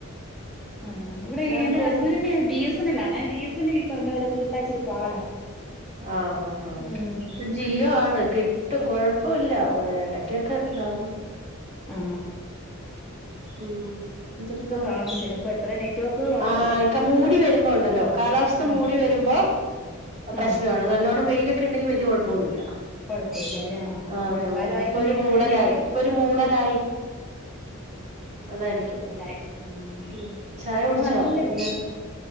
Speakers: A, in the centre; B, on the right.
A: ആ ഇവിടെ
B: എന്നാ എടുക്കുവായിരുന്നു
A: എന്റെ ഹസ്ബൻഡെ ബി എസ് എ എൽ ആണ ബി എസ് എൽ ഈ പറഞ്ഞ പോലൊക്കെ കട്ടാച്ച ഒരു പാടാ
B: ആഹാ ഹഹ
A: ഉം
B: അത് ജിയ ആണ് കിട്ടും കൊഴപ്പമല്ലടക്ക് ക്കക്ക ഗാവന്ന്
A: ആ
B: ഉ ഉ ഇക്ക
A: കാണും ചിലപ്പോ എത്ര നെറ്റ്വർക്കുകൾ ഉള്ളതല്ലേ
B: ആ ഇക്ക മൂടി വരുമ്പോ ഉണ്ടല്ലോ കാലാവസ്ഥ
A: ആഹ്
B: മൂടി വരുമ്പോ പ്രശ്നമാണ്
A: ആഹ്
B: നല്ല്ലോണം വെയിലൊക്കെ ഉണ്ടെങ്കിൽ വലിയ കുഴപ്പന്നുല്ല
A: കൊഴപ്പമില്ലല്ലേ ആഹ്
B: ആഹ
A: മഴക്കാലം
B: ആഹ
A: ആയ
B: ഇപ്പൊ
A: പിന്നെ
B: ഒരു
A: ഇനി
B: മൂടലായി
A: ഇത് തന്നെ ആയിരിക്കും
B: ഇപ്പൊ ഒരു മൂടലായി അതായിരിക്കും
A: കൂടുതലായി ആഹ്
B: ഉ ചായ കുടിച്ചോ
A: ഇവിടെ നല്ല
B: വൈകുന്നേരത്ത്